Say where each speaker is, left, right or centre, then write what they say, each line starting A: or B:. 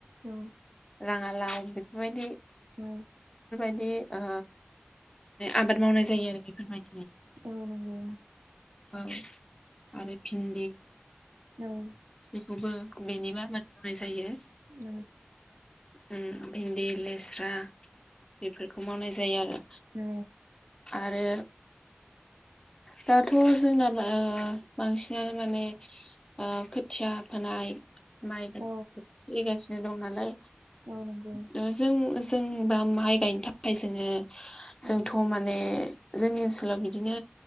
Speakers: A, on the right (about 60°); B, on the left (about 20°).
A: औ
B: राङालाव बेफोरबायदि
A: औ।
B: दि ओ आबाद मावनाय जायो आरो बेफोरबायदि।
A: औ नंगौ।
B: औ आरो भिन्दि
A: औ।
B: बेखौबो बेनिबो आबाद मावनाय जायो।
A: औ।
B: ओं भिन्दि लेस्रा बेफोरखौ मावनाय जायो आरो।
A: औ।
B: आरो दाथ' जोंना ओ बांसिनानो माने ओ खोथिया फोनाय माइ गायनायबो
A: औ
B: सोलिगासिनो दं नालाय
A: औ नंगौ
B: दा जों जों बा माइ गायनो थाखाय जोङो जोंथ'
A: औ
B: माने जोंनि ओनसोलाव बिदिनो